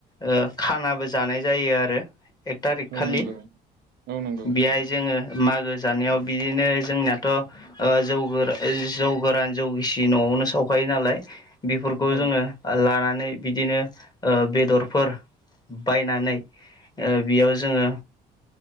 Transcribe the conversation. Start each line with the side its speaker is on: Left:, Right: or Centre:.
Left: ओ‌ खानाबो जानाय जायो आरो। एक थारिक खालि
Right: औ नंगौ औ नंगौ
Left: बेहाय जोङो मागो जानायाव बिदिनो जोंनियाथ' ओ ओ जौ गो जौ गोरान जौ गिसि न'वावनो सावखायो नालाय। बेफोरखौ
Right: औ अ
Left: जोङो लानानै बिदिनो ओ बेदर फोर फोर बायनानै बेयाव जोङो।